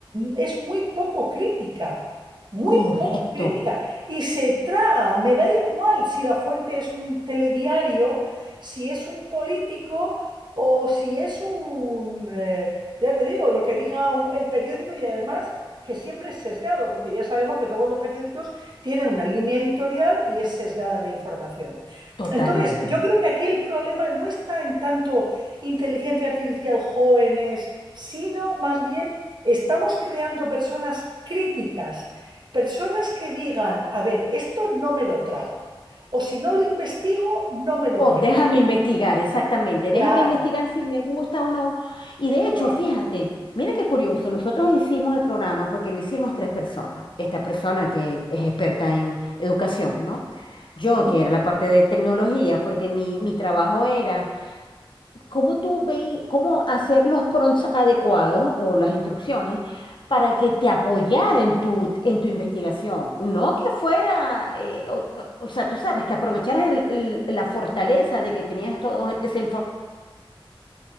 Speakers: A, on the right (about 55°); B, on the left (about 60°).
A: es muy poco crítica, muy
B: correcto,
A: poco crítica, y se traga. Me da igual si la fuente es un telediario, si es un político o si es un, eh, ya te digo, lo que diga un- el periódico y además que siempre es sesgado, porque ya sabemos que todos los periódicos tiene una línea editorial y es sesgada la información.
B: totalmente.
A: Entonces, yo creo que aquí el problema no está en tanto inteligencia artificial jóvenes, sino más bien estamos creando personas críticas, personas que digan, a ver, esto no me lo trago, o si no lo investigo, no me lo
B: O
A: creo.
B: déjame investigar, exactamente. Déjame
A: Claro,
B: investigar si me gusta o no. Y de
A: claro.
B: hecho, fíjate, mira qué curioso. Nosotros hicimos el programa porque lo hicimos tres personas. Esta persona que es experta en educación, ¿no? Yo,
A: ¿Mm?
B: que era la parte de tecnología, porque mi, mi trabajo era ¿Cómo tú ve, cómo hacer los prompts adecuados o las instrucciones para que te apoyara en tu, en tu investigación? No que fuera, eh, o, o- o sea, tú sabes, que aprovecharas el- el- la fortaleza de que tenías toda esa información